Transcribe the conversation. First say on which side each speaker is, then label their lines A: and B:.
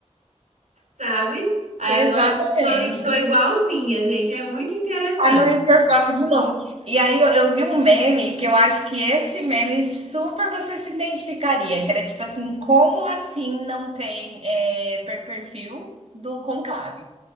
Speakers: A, on the right; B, on the right.
A: sabe? Aí
B: Exatamente.
A: agora eu tô, tô igualzinha, gente. É muito interessante.
B: Tá no hiperfoco de novo. E aí eu, eu vi um meme que eu acho que esse meme super você se identificaria, que era tipo assim, como assim não tem é, per- perfil do Conclave?